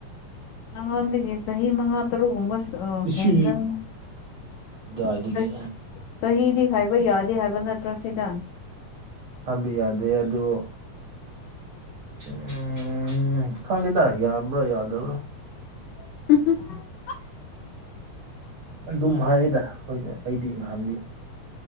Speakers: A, on the left (about 70°); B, on the right (about 65°).
A: ꯅꯪ ꯑꯣꯟꯗꯗꯒꯤ ꯆꯍꯤ ꯃꯪꯉꯥ ꯇꯔꯒꯨꯝꯕ
B: ꯏꯁ
A: ꯍꯦꯟꯈꯔꯕꯅꯤ
B: ꯑꯗꯨꯗꯥꯏꯗꯒꯤ
A: <inaudible> ꯆꯍꯤꯗꯤ ꯍꯥꯏꯕ ꯌꯥꯗꯦ ꯍꯥꯏꯕ ꯅꯠꯇ꯭ꯔꯣ ꯁꯤꯗ
B: ꯍꯥꯏꯕ ꯌꯥꯗꯦ ꯑꯗꯨ ꯎꯝ ꯈꯪꯗꯦꯗ ꯌꯥꯕ꯭ꯔꯥ ꯌꯥꯗꯕ꯭ꯔꯥ
A: <unintelligible>
B: ꯑꯗꯨꯝ ꯍꯥꯏꯌꯦꯗ ꯑꯩꯈꫭꯏ ꯑꯩꯗꯤ ꯅꯍꯥꯟꯗꯤ